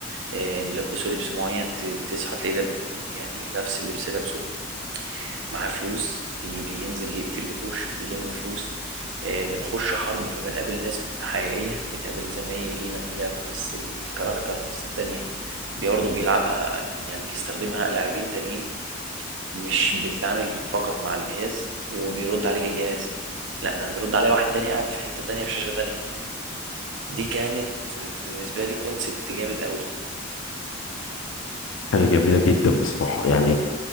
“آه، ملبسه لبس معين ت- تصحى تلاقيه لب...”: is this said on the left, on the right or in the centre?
Right